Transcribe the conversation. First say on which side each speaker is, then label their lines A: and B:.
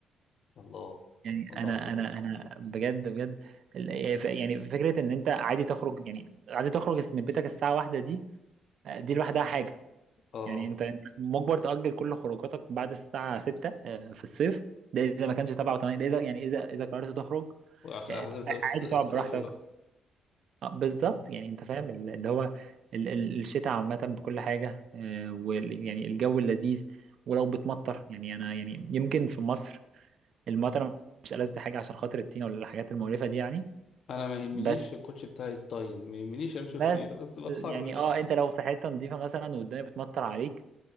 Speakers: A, on the left; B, on the right.
A: الله
B: يعني
A: والله
B: انا
A: على الشتا
B: انا انا بجد بجد ال- يعني ف- يعني فكره ان انت عادي تخرج يعني عادي تخرج من بيتك الساعه واحدة دي آه، دي لوحدها حاجه
A: اه
B: يعني انت انت مجبر تأجل كل خروجاتك بعد الساعه 6 آه، في الصيف ده اذا ما كانش 7 و8 ده اذا يعني اذا اذا قررت تخرج
A: وعشان
B: آه،
A: على حسب التوقيت الص-
B: عادي
A: الصيفي
B: تقعد براحتك
A: بقى
B: آه، بالظبط
A: آه.
B: يعني انت فاهم ال- اللي هو ال- ال- الشتاء عامه بكل حاجه آه، وال- يعني الجو اللذيذ ولو بتمطر يعني انا يعني يمكن في مصر المطره مش ألذ حاجه عشان خاطر الطينه ولا الحاجات المقرفه دي يعني
A: انا ما يهمنيش
B: بس
A: الكوتش بتاعي يتطين ما يهمنيش امشي
B: بس
A: في طينه بس ما اتحرش
B: يعني اه انت لو في حته نظيفه مثلا والدنيا بتمطر عليك